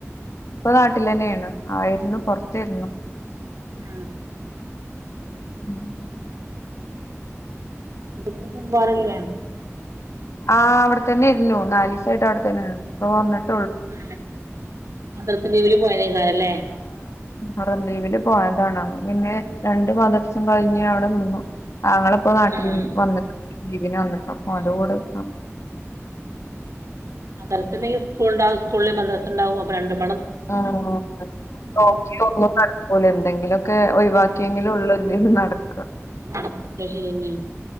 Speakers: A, on the left; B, on the right.
A: ഇപ്പൊ നാട്ടിലെന്നെണ് ആയിരുന്നു പോറെത്തേർന്നു.
B: ആ
A: മം
B: <unintelligible> റില്ലേ?
A: ആ അവിടെ തന്നെര്ന്നു നാലീസായിട്ട് അവിടെ തന്നെആയിരുന്നു ഇപ്പോ വന്നിട്ട്
B: ആ മദ്രസ്സ ലീവില് പോയതായിക്കാരിംലെ?
A: മറം ദീപില് പോയതാണ് പിന്നെ രണ്ട് മദർസം കഴിഞ്ഞ് അവിടെ നിന്നു ആങ്ങളിപ്പോ നാട്ടില്ഇ
B: ആഹ് ആഹ്
A: വന്നക് ലീവിന് വന്നക്ക
B: ഉം
A: ഓൻ്റെ കൂടെ നിക്കാന്
B: മദർസ ഇല്ലെങ്കി സ്കൂളുണ്ടാവും സ്കൂളില്ലെ മദർസ ഇണ്ടാവും അപ്പ രണ്ടും
A: ആ നോക്ക നോക്കി ഒന്നും നടക്കൂല എന്തെങ്കിലുക്കെ ഒഴിവാക്കിയെങ്കിലും ഉള്ളത് എന്തേനും നടക്ക
B: നട ത് ശരിന്ന